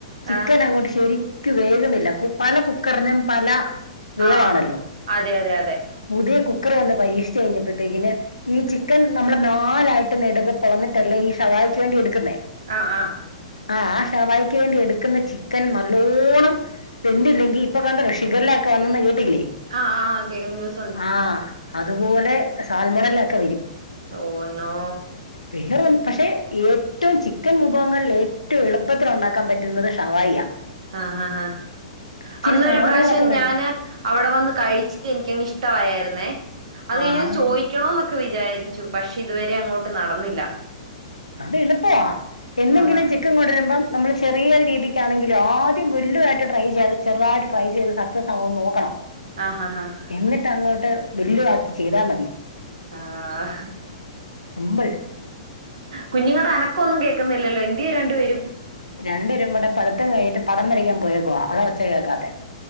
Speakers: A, on the left; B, on the right.
A: ചിക്കനങ്ങോട്ട്
B: ആഹ്
A: ശരിക്ക് ക്ക് വേക്ന്നില്ല കു പല കുക്കറിനും പല വേവാണല്ലോ
B: ആഹ് അതെ അതെ അതെ
A: പുതിയ കുക്കർ വന്ന് പരീക്ഷിച്ച് കഴിഞ്ഞപ്പയത്തേക്കിന് ഈ ചിക്കൻ നമ്മള് നാലായിട്ട് നെടുകെ പൊളന്നിട്ടല്ലേ ഈ ഷവായ്ക്ക് വേണ്ടി ഇടുക്കുന്നേ.
B: ആഹ് ആഹ്
A: ആഹ് ആ ഷവായിക്ക് വേണ്ടി എടുക്കുന്ന ചിക്കൻ നല്ലോണം വെന്തില്ലെങ്കി ഇപ്പൊ കണ്ടോ ശിഖല്ലാക്ക വന്നെന്ന് കേട്ടില്ലേ?
B: ആഹ് ആഹ് കേക്ക്ന്നുണ്ട്
A: ആഹ് അതുപോലെ സാൽമണലൊക്കെ വരും.
B: ഓഹ് നോ
A: വേറെൻ പക്ഷേ ഏറ്റവും ചിക്കൻ വിഭവങ്ങൾ ഏറ്റവും എളുപ്പത്തിലുണ്ടാക്കാൻ പറ്റുന്നത് ഷവായിയാ.
B: ആഹ് ആഹ് ആഹ്
A: ഇച്ചിരി
B: അന്നൊരു
A: സാധനങ്ങളൊക്കെ
B: പ്രാശ്യം
A: വേണം
B: ഞാന് അവ്ടെ വന്ന് കഴിച്ച് എനിക്കങ് ഇഷ്ടമായാര്ന്നേ അത് കഴിഞ്ഞത്
A: ആഹ്
B: ചോയി യിക്കണോന്നൊക്കെ വിചാരിച്ചു പക്ഷെ ഇതുവരെ അങ്ങോട്ട് നടന്നില്ല.
A: അതെളുപ്പവാ എന്നെങ്കിലു
B: ആഹാ
A: ചി ക്കൻ കൊണ്ടരുമ്പോ നമ്മൾ ചെറിയൊര് രീതിക്കാണെങ്കിലും ആദ്യം വല്ലുതായിട്ട് ട്രൈ ചെയ്യാതെ ചെറുതായിട്ട് ട്രൈ ചെയ്ത് സ ക്സാവോ നോക്കണം.
B: ആഹ് ആഹ് ആഹ്
A: എന്നിട്ടങ്ങോട്ട് വെല്ലുവാക്കി ചെയ്താ മതി.
B: ആഹ്
A: സിമ്പിൾ
B: കുഞ്ഞുങ്ങടെ അനക്കൊന്നും കേക്കുന്നില്ലല്ലോ എന്ത്യേ രണ്ടു പേരും?
A: രണ്ട് പേരും കൂടെ പഠിത്തം കഴിഞ്ഞിട്ട് പടം വരയ്ക്കാൻ പോയേക്കുവാ. അതാ ഒച്ച കേക്കാത്തെ.